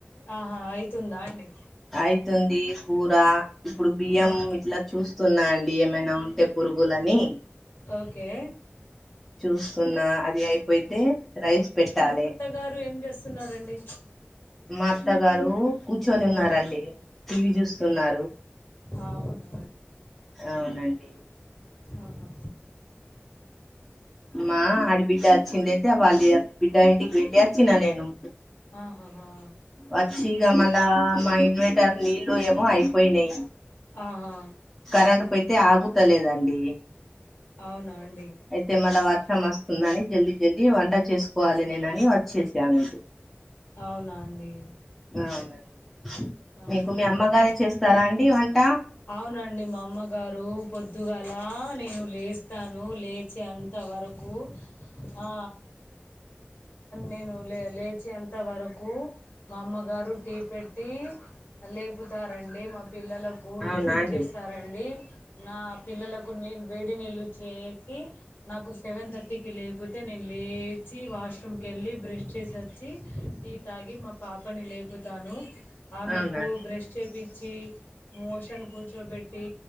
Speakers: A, on the left; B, in the centre.
A: ఆహా అయితుందా అండి
B: అయితుంది కూర ఇప్పుడు బియ్యం
A: ఆ.
B: ఇట్లా చూస్తున్నా అండి ఏమైనా ఉంటే పురుగులని
A: ఓకే
B: చూస్తున్నా అది అయిపోతే రైస్ పెట్టాలి
A: గారు ఏం చేస్తున్నారండి
B: మా అత్తగారు కూర్చొని ఉన్నారండి
A: ఆ,
B: టీవీ చూస్తున్నారు
A: ఆవున
B: అవునండి
A: ఆహాహా.
B: మా ఆడబిడ్డ వచ్చిందియితే వాళ్ళ బిడ్డ ఇంటికి వెళ్ళి వచ్చిన నేను.
A: ఆహాహా
B: వచ్చి ఇగా మళ్ళా మా ఇన్వై టర్ నీళ్లు ఏమో అయిపోయినాయి
A: ఆహా.
B: కరెంట్ పోతే ఆగుతలేదండి
A: అవునా అండి.
B: తేమల్ల వర్షం వస్తుందని జల్దీ జల్దీ వంట చేసుకోవాలి నేనని వచ్చేసాను ఇటు.
A: అవునా అండి
B: అవునండి
A: ఆహాహాహాహా.
B: మీకు మీ అమ్మగారే చేస్తారా అండి వంట.
A: అవునండి మా అమ్మగారు పొద్దుగాల నేను. లేస్తాను లేచేంత వరకు ఆ నేను లే లేచేంత వరకు మా అమ్మగారు టీ పె. ట్టి లేపుతారండి మా పిల్లలకు టిఫిన్
B: అవునా అండి
A: చేసారండి. నా పిల్లలకు నీ వేడి నీళ్ళు చేసి నాకు సెవెన్ థర్టీకి లేపితే నేను లేచి వాష్రూమ్కి వెళ్ళి బ్రష్ చేసి వచ్చి టీ. తాగి మా పాపని లేపుతాను‌ ఆమెకు
B: అవునా
A: బ్రష్ చెప్పించి మోషన్. కూర్చోబెట్టి